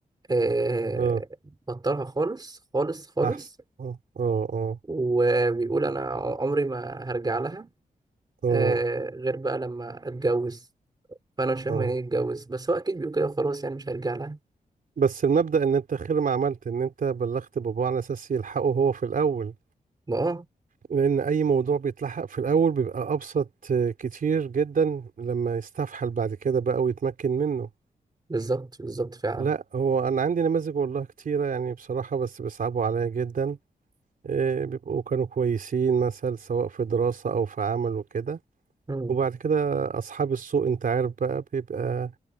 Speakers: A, on the right (about 30°); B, on the right (about 65°).
A: إيه،
B: اه
A: بطلها خالص خالص خالص
B: احسن اه اه
A: وبيقول أنا عمري ما هرجع لها
B: اه اه
A: آه غير بقى لما اتجوز فانا مش فاهم
B: اه
A: يعني ايه اتجوز بس هو اكيد بيقول كده خلاص يعني مش هيرجع لها
B: بس المبدأ ان انت خير ما عملت ان انت بلغت باباه على اساس يلحقه هو في الاول
A: ما اه
B: لان اي موضوع بيتلحق في الاول بيبقى ابسط كتير جدا لما يستفحل بعد كده بقى ويتمكن منه
A: بالظبط بالظبط فعلا
B: لا هو انا عندي نماذج والله كتيرة يعني بصراحة بس بيصعبوا عليا جدا إيه، بيبقوا كانوا كويسين مثلا سواء في دراسة او في عمل وكده
A: مم.
B: وبعد كده اصحاب السوء انت عارف بقى بيبقى